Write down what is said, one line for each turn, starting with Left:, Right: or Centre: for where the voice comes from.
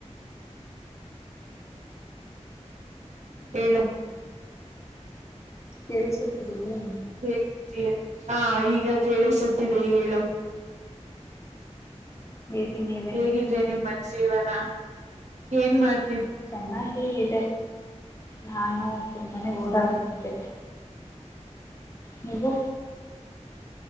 Right: ಹೇಳು.
Left: ಕೇಳಿಸುತ್ತಿದೆಯೇ.
Right: ಹೇಗಿದ್ದೀಯಾ ಹಾ ಈಗ ಕೇಳಿಸುತ್ತಿದೆ ಹೇಳು.
Left: ಹೇಳಿ ನೀವೇ
Right: ಹೇಗಿದೆ ನಿಮ್ಮ್ ಜೀವನ ಏನ್ ಮಾಡ್ತ
Left: ಚೆನ್ನಾಗಿ ಇದೆ. ನಾನು ಸುಮ್ಮನೆ ಓಡಾಡುತ್ತಿದ್ದೆ. ನೀವೂ.